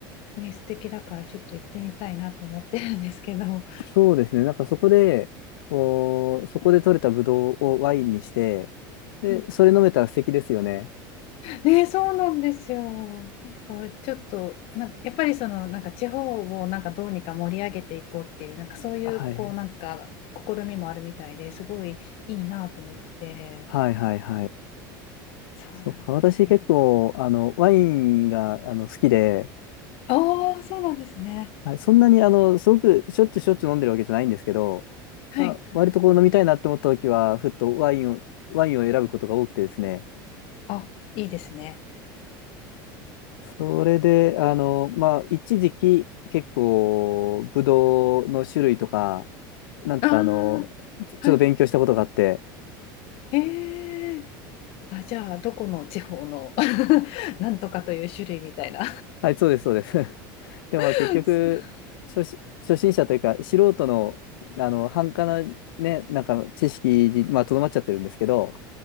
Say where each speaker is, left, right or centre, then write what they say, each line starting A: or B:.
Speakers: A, on the left (about 60°); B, on the left (about 80°).
A: ね、素敵だからちょっと行ってみたいなと思ってるんですけど。
B: そうですね。なんかそこで、こう、そこで取れたブドウをワインにして、で、
A: うん
B: それ飲めたら素敵ですよね。
A: ね、そうなんですよ。なんかちょっとなんかやっぱりそのなんか地方をなんかどうにか盛り上げていこうっていうなんかそういうこうなんか試みもあるみたいですごいいいなと思って。
B: はい。はいはいはい。
A: そうなんですよ。
B: そうか。私結構、あの、ワインが、あの、好きで、
A: ああ、そうなんですね。
B: はい、そんなに、あの、すごくしょっちゅうしょっちゅう飲んでるわけじゃないんですけど、
A: はい。
B: あ、割とこう飲みたいなって思った時は、ふっとワインを、ワインを選ぶことが多くてですね。
A: あ、いいですね。
B: それで、あの、まあ、一時期、結構、ブドウの種類とか、なんとか、
A: ああ、
B: あの、ちちょっと勉強したことがあって、
A: はい。ええあ、じゃあどこの地方の <laughs> なんとかという種類みたいな
B: はい、そうです、そうです。<laughs> でも、
A: <laughs>
B: まあ、結局、初し、初心者というか、素人の、あの、半端な、ね、なんか、知識に、まあ、とどまっちゃってるんですけど、